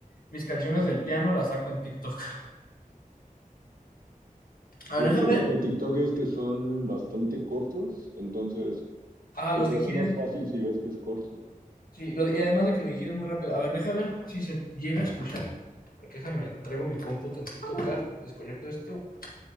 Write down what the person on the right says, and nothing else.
Es
que la
ventaja de TikTok es que son bastante cortos, entonces
se
te
hace más fácil si ves que es corto.